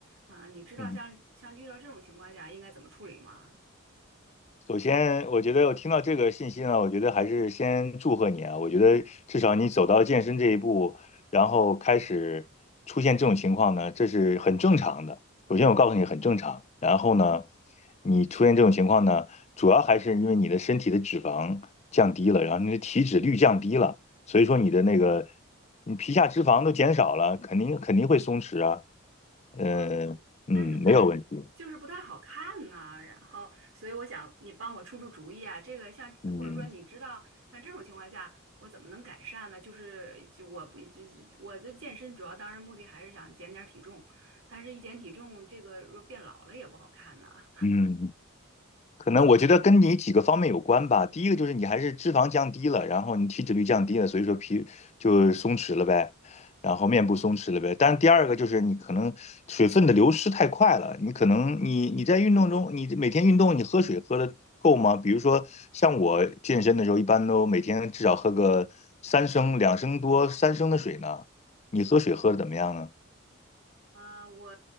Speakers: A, on the right; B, on the left.
A: 啊、你知道像像遇到这种情况下应该怎么处理吗？
B: 嗯，首先我觉得我听到这个信息呢，我觉得还是先祝贺你啊，我觉得至少你走到健身这一步，然后开始出现这种情况呢，这是很正常的。首先我告诉你很正常，然后呢，你出现这种情况呢，主要还是因为你的身体的脂肪降低了，然后你的体脂率降低了，所以说你的那个你皮下脂肪都减少了，肯定肯定会松弛啊，嗯嗯，
A: 啊。但是它
B: 没有问题，
A: 就是不太好看呐、然后，所以我想你帮我出出主意啊。这个像或者说你知道像这种情况下，
B: 嗯
A: 我怎么能改善呢？就是就我不就我这健身主要当然目的还是想减点儿体重，但是一减体重，这个若变老了也不好看呐、
B: 嗯。可能我觉得跟你几个方面有关吧。第一个就是你还是脂肪降低了，然后你体脂率降低了，所以说皮就松弛了呗，然后面部松弛了呗。但是第二个就是你可能水分的流失太快了，你可能你你在运动中，你每天运动你喝水喝的够吗？比如说像我健身的时候，一般都每天至少喝个三升、两升多、三升的水呢。你喝水喝的怎么样呢？
A: 啊，我